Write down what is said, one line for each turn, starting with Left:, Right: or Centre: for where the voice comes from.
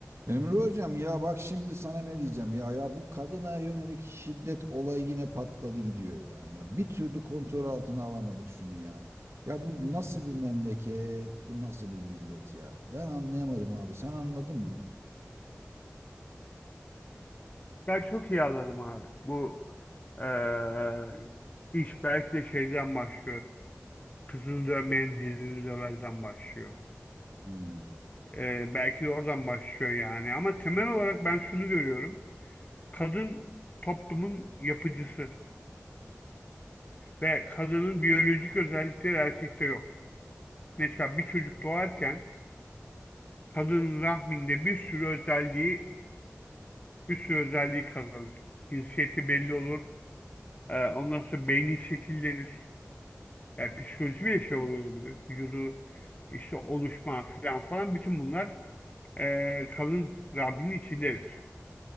Right: Emre hocam ya bak şimdi sana ne diyeceğim ya ya bu kadına yönelik şiddet olayı yine patladı gidiyor yani ya bir türlü kontrol altına alamadık şunu ya ya bu nasıl bir memleket bu nasıl bir millet ya ben anlayamadım abi sen anladın mı?
Left: Ben çok iyi anladım abi. Bu eee, iş belki de şeyden başlıyor. Kızını dövmeyen dizini döverden başlıyor.
Right: Hmm.
Left: Eee, belki de oradan başlıyor yani. Ama temel olarak ben şunu görüyorum. Kadın toplumun yapıcısıdır. Ve kadının biyolojik özellikleri erkekte yok. Mesela bir çocuk doğarken kadının rahminde bir sürü özelliği bir sürü özelliği kazanır. Cinsiyeti belli olur. Eee ondan sonra beyni şekillenir. Yani psikoloji bile şey olabilir. Vücudu işte oluşma falan falan bütün bunlar e, kalın Rabbinin içindedir.